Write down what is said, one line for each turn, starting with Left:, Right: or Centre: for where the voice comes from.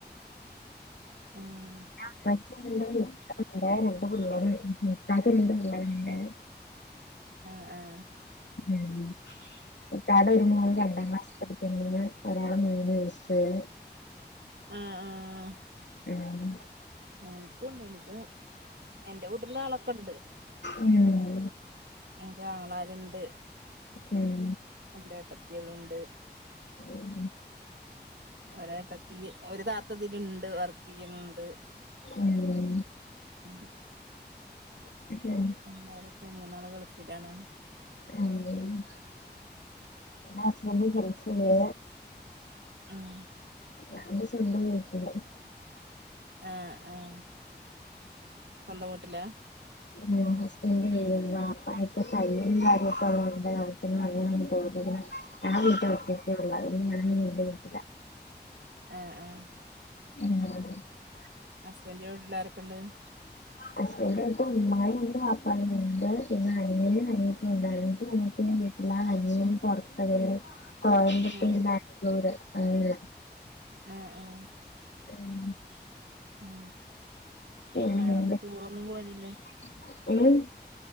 Right: ഉം
Left: ആഹ ഉമ്മച്ചിൻഡ് <unintelligible> രണ്ട് പിള്ളേരും ഇതാക്ക് രണ്ട് പിള്ളെരണ്ട്
Right: ആഹ് ആഹ
Left: ഉം ഇതാടെ ഒരു മൊൻ രണ്ടാം ക്ലാസ് പഠിക്ക്നിണ്ട് ഒരാൾ മൂന്ന് വയസ്സ് ഉള്ള്
Right: ആഹ ആഹ
Left: ഉം
Right: എനിക്കുംണ്ട് എനിക്ക് എന്റെ വീട്ടിലും ആളൊക്കെ ഉണ്ട്
Left: ഉം
Right: എനിക്ക് ആങ്ങളരുണ്ട്
Left: ഉം
Right: രണ്ട് ഏടത്തികളുണ്ട്
Left: ഉം
Right: ഒര് ഏട്ടത്തിൻ്റെ ഒരു താത്തതിലുണ്ട് വർക്ക് ചെയ്യ്ണ് ണ്ട്.
Left: ഉം
Right: ഉം
Left: <unintelligible>
Right: പിന്നാരൊക്കെ മൂന്നാള് ഗൾഫിലാണ്.
Left: ഉം ഇന്റെ ഹസ്ബൻഡ് ഗൾഫില്
Right: ഉം
Left: ഞാനന്റെ സ്വന്തം വീട്ടില്
Right: ആഹ് ആഹ് സ്വന്തം വീട്ടിലാ?
Left: ആഹ് ഹസ്ബൻഡ് <unintelligible> വാപ്പാക്ക് തയ്യലും കാര്യക്കെ ഇള്ളോണ്ട് അവ്റ്റ്ങ്ങള് <unintelligible> ഞാൻ വീട്ടിൽ <unintelligible> ഞാൻ എൻ്റെ വീട്ടിലാ.
Right: ആഹ് ആഹ്
Left: <unintelligible>
Right: ഹസ്ബൻഡിന്റെ വീട്ടിലാരൊക്കെ ഇള്ളേ? <unintelligible>
Left: ഹസ്ബൻഡ് എട്ത്ത് ഉമ്മായും ഉണ്ട് വാപ്പായും ഉണ്ട് പിന്നെ അനിയനും അനിയത്തിണ്ട് അനിയത്തി <unintelligible> വീ എല്ലാ അനിയൻ പൊറത്ത് <unintelligible> കോയമ്പത്തൂർ,
Right: ഉം
Left: ബാംഗ്ലൂര് അങ്ങനെ
Right: ഏഹ് ഏഹ്
Left: <unintelligible>
Right: ഉം
Left: പിന്നെന്ത്?
Right: വേറെന്താ ടൂറൊന്നും പോവലില്ലേ
Left: <unintelligible>